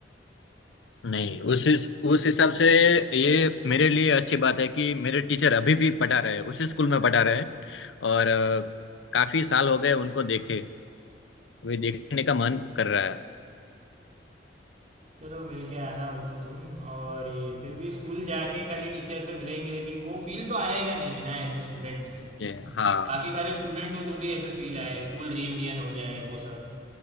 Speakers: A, on the left (about 85°); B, on the right (about 40°).
A: नहीं उस उस हिसाब से ये मेरे लिए अच्छी बात है कि मेरे टीचर अभी भी पढ़ा रहे हैं उसी स्कूल में पढ़ा रहे हैं और अ, काफी साल हो गए उनको देखे अभी देखने का मन कर रहा है
B: चलो मिल के आना वो तो तुम और ये फिर भी स्कूल जाके खाली टीचर से मिलेंगे लेकिन वो फील तो आएगा नहीं बिना ऐसे स्टूडेंट्स के
A: ये हाँ
B: बाकी सारे स्टूडेंट हो तो भी ऐसे फील आए स्कूल रीयूनियन हो जाए वो सब